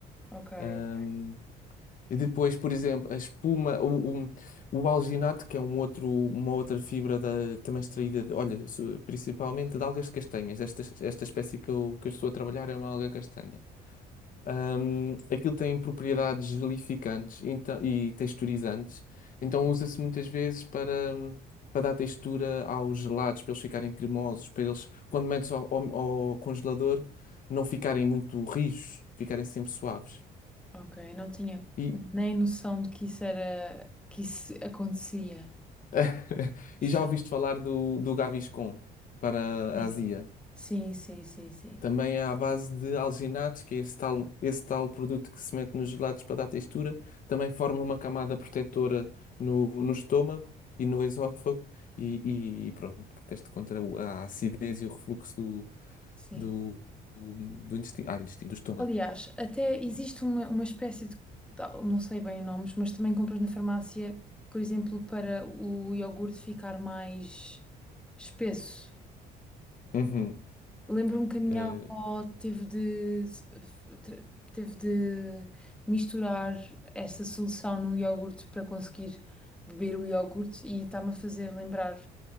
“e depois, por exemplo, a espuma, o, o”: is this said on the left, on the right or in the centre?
Left